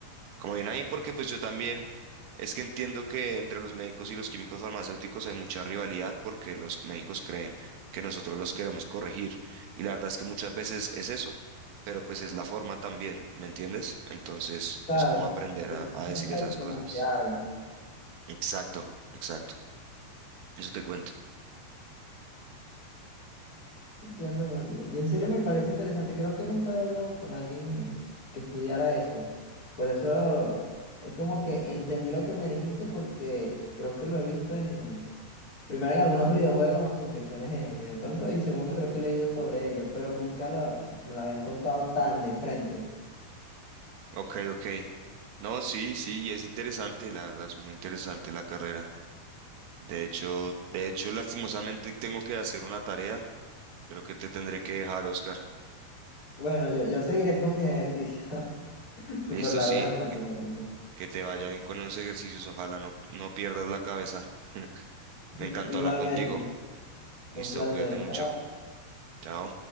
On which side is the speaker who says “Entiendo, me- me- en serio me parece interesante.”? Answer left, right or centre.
Left